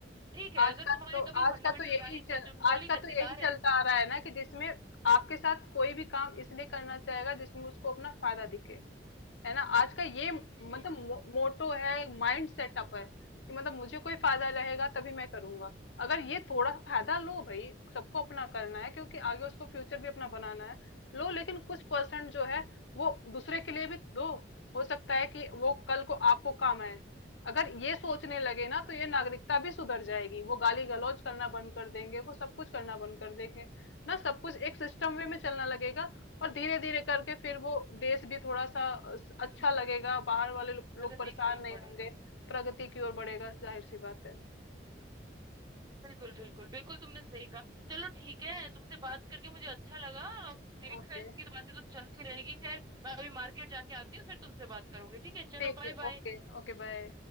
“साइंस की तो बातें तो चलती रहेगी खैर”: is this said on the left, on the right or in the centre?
Right